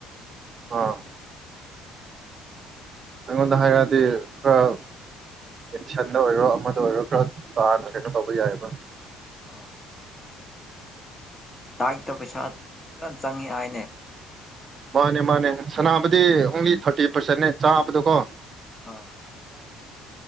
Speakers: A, on the right; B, on the left.
A: ꯑꯥ ꯑꯩꯉꯣꯟꯗ ꯍꯥꯏꯔꯛꯑꯗꯤ ꯈꯔ ꯑꯦꯝꯁꯟꯗ ꯑꯣꯏꯔꯣ ꯑꯃꯗ ꯑꯣꯏꯔꯣ ꯈꯔ ꯇꯥꯅ ꯀꯩꯅꯣ ꯇꯧꯕ ꯌꯥꯏꯑꯕ
B: ꯑꯥ ꯗꯥꯏꯛꯇ ꯄꯩꯁꯥ ꯇ ꯆꯪꯉꯦ ꯍꯥꯏꯅꯦ ꯖꯤꯝ
A: ꯃꯥꯅꯦ
B: ꯁꯥꯟꯅꯕꯁꯦ
A: ꯃꯥꯅꯦ ꯁꯅꯥꯝ ꯗꯤ ꯑꯣꯡꯂꯤ ꯊꯥꯔꯇꯤ ꯄꯥꯔꯁꯦꯟꯅ ꯆꯥꯕꯗ ꯀꯣ
B: ꯍꯣꯏ